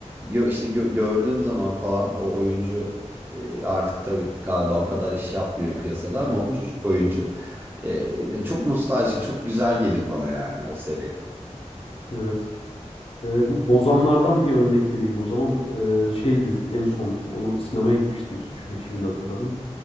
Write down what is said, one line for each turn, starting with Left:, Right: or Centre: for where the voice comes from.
Right: gö- işte gö- gördüğüm zaman falan o oyuncu e, artık tabii galiba o kadar iş yapmıyor piyasada ama
Left: Hı
Right: o
Left: hı.
Right: çocuk oyuncu e, çok nostaljik, çok güzel gelir bana yani o seri.
Left: Evet. Ee, bu Bozanlardan bir örnek vereyim. O zaman e, şeydi en son onu sinemaya gitmiştim. Ş- Şimdi hatırladım.